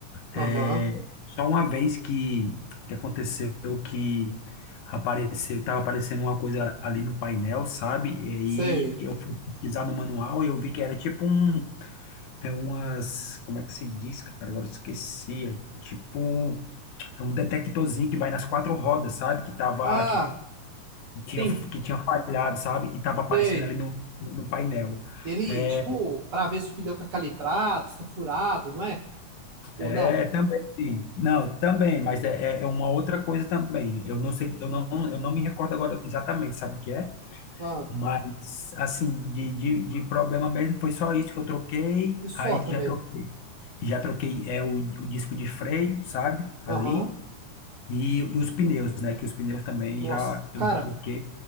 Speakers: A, on the right (about 50°); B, on the left (about 75°).
A: Aham.
B: é, só uma vez que, que aconteceu que apareceu, estava aparecendo uma coisa ali no painel, sabe? E aí
A: Sei.
B: eu fui pesquisar no manual e eu vi que era tipo um, é umas, como é que se diz, cara? Agora eu esqueci. É tipo, é um detectorzinho que vai nas quatro rodas, sabe? Que tava,
A: Ah,
B: que, que tinha,
A: tem,
B: que tinha falhado, sabe? E tava aparecendo
A: sei.
B: ali no, no painel.
A: Ele,
B: É,
A: tipo, pra ver se o pneu tá calibrado, se tá furado, não é? Ou
B: É,
A: não?
B: também, sim. Não, também, mas é, é é uma outra coisa também. Eu não sei, eu não, eu não me recordo agora exatamente, sabe o que é?
A: Ah,
B: Mas, assim, de, de, de problema mesmo, foi só isso que eu troquei,
A: e só
B: aí
A: também.
B: já troquei. Já troquei é, o, o disco de freio, sabe? Ali,
A: Aham.
B: e, e os pneus, né? Que os pneus também
A: Nossa,
B: já, eu
A: cara,
B: já troquei.